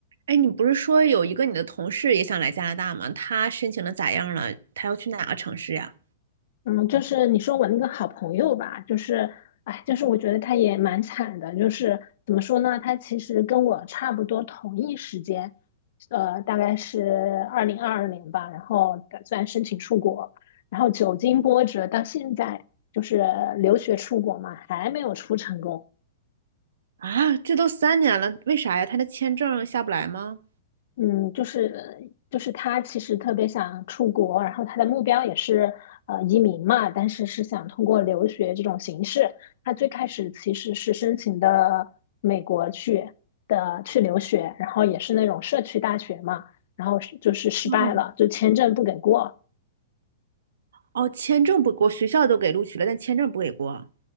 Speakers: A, on the right; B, on the left.
A: 哎，你不是说有一个你的同事也想来加拿大吗？他申请的咋样了？他要去哪个城市呀？
B: 嗯，就是你说我那个好朋友吧，就是，哎，就是我觉得他也蛮惨的，就是怎么说呢，他其实跟我差不多同一时间，呃，大概是二零二二年吧，然后打算申请出国，然后久经波折，到现在就是留学出国嘛，还没有出成功。
A: 啊，这都三年了，为啥呀？他的签证下不来吗？
B: 嗯，就是就是他其实特别想出国，然后他的目标也是呃移民嘛，但是是想通过留学这种形式。他最开始其实是申请的美国去的去留学，然后也是那种社区大学嘛，然后是就是失败了，
A: 哦，
B: 就签证不给过。
A: 哦，签证不过，学校都给录取了，但签证不给过。